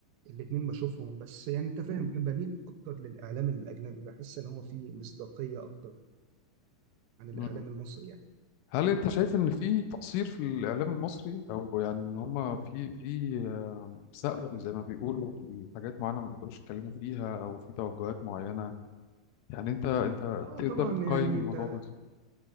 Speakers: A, on the right; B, on the left.
A: الاتنين بشوفهم بس يعني انت فاهم انا بميل اكتر للاعلام الاجنبي بحس ان هو فيه مصداقية اكتر عن الاعلام
B: مم.
A: المصري يعني
B: هل انت شايف ان في تقصير في الاعلام المصري او يعني ان هما في في آه، سقف زي ما بيقولوا في حاجات معينه ما بيقدروش يتكلموا فيها او في توجهات معينه يعني انت انت
A: اه
B: تقدر
A: طبعا
B: تقيم
A: يعني
B: الموضوع
A: انت
B: ده